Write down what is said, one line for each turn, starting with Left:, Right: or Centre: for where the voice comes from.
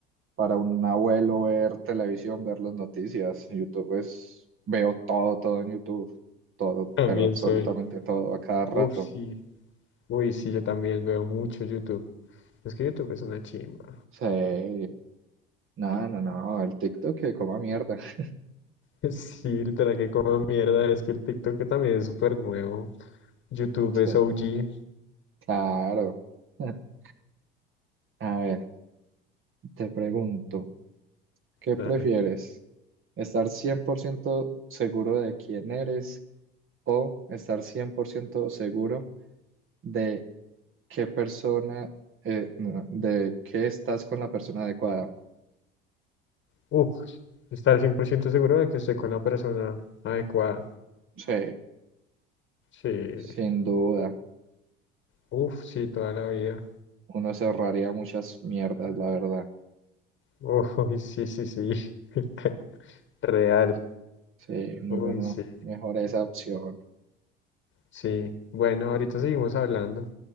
Right: para un abuelo ver televisión, ver las noticias. YouTube es, veo todo, todo en YouTube, todo,
Left: También
Right: pero absolutamente
Left: soy.
Right: todo a cada rato.
Left: Uf, sí. Uy, sí, yo también veo mucho YouTube. Es que YouTube es una chimba.
Right: Sí, no, no, no, el TikTok que coma mierda. <laughs>
Left: <laughs> Sí, literal, que como mierda. Es que el TikTok que también es súper nuevo. YouTube
Right: Sí,
Left: es OG.
Right: claro. <laughs> A ver, te pregunto. ¿Qué prefieres?
Left: Dale.
Right: ¿Estar 100% seguro de quién eres o estar 100% seguro de qué persona, eh, no, de que estás con la persona adecuada?
Left: Uf, estar 100% seguro de que estoy con la persona adecuada.
Right: Sí,
Left: Sí.
Right: sin duda.
Left: Uf, sí, toda la vida.
Right: Uno se ahorraría muchas mierdas, la verdad.
Left: <laughs> Uy, sí, sí, sí. <laughs> Real.
Right: Sí, muy
Left: Uy,
Right: bueno.
Left: sí.
Right: Mejor esa opción.
Left: Sí, bueno, ahorita seguimos hablando.